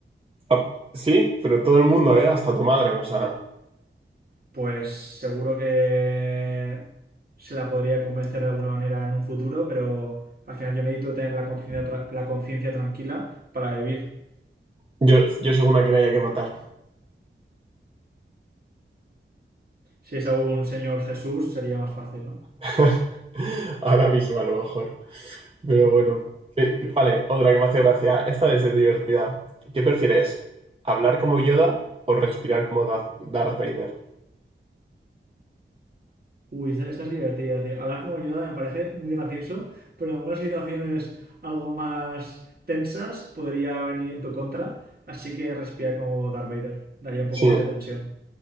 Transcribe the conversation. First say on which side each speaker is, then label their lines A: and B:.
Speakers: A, on the right; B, on the right.
A: Ah, sí, pero todo el mundo, ¿eh? Hasta tu madre, o sea.
B: Pues seguro que se la podría convencer de alguna manera en un futuro, pero al final yo necesito tener la conciencia tra- la conciencia tranquila para vivir.
A: Yo, yo según a quien haya que matar.
B: Si es algún señor Jesús, sería más fácil, ¿no?
A: <laughs> Ahora mismo, a lo mejor. Pero bueno. Eh, Vale, otra que me hace gracia. Esta es de divertida. ¿Qué prefieres? ¿Hablar como Yoda o respirar como Darth Darth Vader?
B: Uy, esta, esta es divertida, tío. Hablar como Yoda me parece muy gracioso, pero en algunas situaciones algo más tensas podría venir en tu contra, así que respira como Darth Vader. Daría un poco
A: Sí,
B: más de tensión.